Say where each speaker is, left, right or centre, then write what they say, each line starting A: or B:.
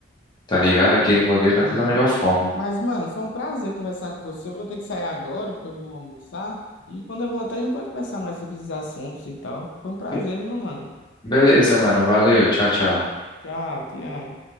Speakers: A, on the left; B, on the left.
A: tá ligado? Aquele modelo daquela
B: Aham.
A: melhor forma.
B: Mas, mano, foi um prazer conversar com você. Eu vou ter que sair agora, porque eu vou almoçar. E quando eu voltar, a gente pode conversar mais sobre esses assuntos e tal. Foi um prazer,
A: Be-
B: viu, meu mano.
A: Beleza, mano, valeu, tchau, tchau.
B: Tchau, te amo.